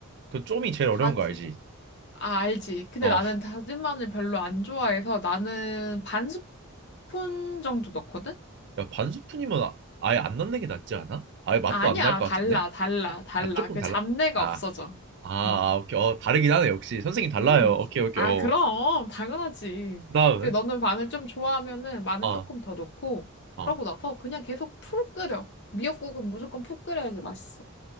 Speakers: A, on the right; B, on the left.
A: 그 좀이 제일
B: 다,
A: 어려운 거 알지?
B: 아, 알지. 근데
A: 어,
B: 나는 다진 마늘 별로 안 좋아해서 나는 반 스푼 정도 넣거든?
A: 야, 반 스푼이면 아, 예안 넣는 게 낫지 않아? 아예 맛도
B: 아니야,
A: 안 날 것
B: 달라,
A: 같은데?
B: 달라,
A: 아,
B: 달라.
A: 아, 조금
B: 그
A: 달라.
B: 잡내가
A: 아
B: 없어져.
A: 아,
B: 음,
A: 아, 오케이. 어, 다르긴 하네, 역시. 선생님 달라요.
B: 음.
A: 오케이, 오케이.
B: 아,
A: 어.
B: 그럼, 당연하지.
A: 그 다음은?
B: 그리고 너는 마늘 좀 좋아하면은 마늘
A: 어,
B: 조금 더 넣고,
A: 어,
B: 그러고 나서 그냥 계속 푹 끓여. 미역국은 무조건 푹 끓여야지 맛있어.